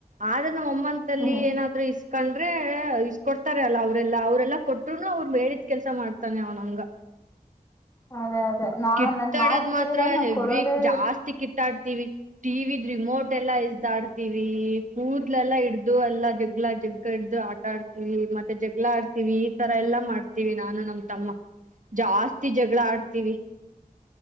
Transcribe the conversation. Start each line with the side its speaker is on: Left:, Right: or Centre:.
Right: ಆದ್ರೆ ನಮ್ಮಮ್ಮಂತ
Left: ಹ್ಮ್
Right: ಏನಾದ್ೂ ಕಂಡ್ರೆ ಇ ಕೊಡ್ತಾರೆ ಅಲ್ಲ ಅವ್ರೆಲ್ಲ ಅವ್ರೆಲ್ಲಾ ಕೊಟ್ರುನು ಅವ್ರ ಬಿದ್ ಕೆಲ್ಸ ಮಾಡ್ತಾನೆ ಅವ್ನಂಗ
Left: ಅದೇ ಅದೇ ನಾನ್
Right: ಕಿತ್ತಡದ
Left: ನನ್ ಮಾತ್ ಕೇಳಿಲ್ಲ
Right: ಮಾತ್ರ
Left: ನಾನ್
Right: ಹೆವಿ
Left: ಕೊಡೋದೇ
Right: ಜಾಸ್ತಿ ಕಿ ಇಾಡ್ತವಿ ಟಿವಿದ ರಿಮೋಟ್ ಎಲ್ಲ ಇ್ದಾಡ್ತೀವಿ ಕೂದಲೆಲ್ಲಾ ಇಡ್ದ ದು ಎಲ್ಲಾ ಜಗ್ಗಳ ಜಗ್ ಇಡ್ದು ಆಟ ಆಡ್ತಿೀವಿ ಮತ್ತೆ ಜಗ್ಗಳ ಆಡ್ತಿೀವಿ ಈ ತರ ಎಲ್ಲಾ ಮಾಡ್ತೀವಿ ನಾನು ನಮ ತಮ್ಮ ಜಾಸ್ತಿ ಜಗಳ ಆಡ್ತೀವಿ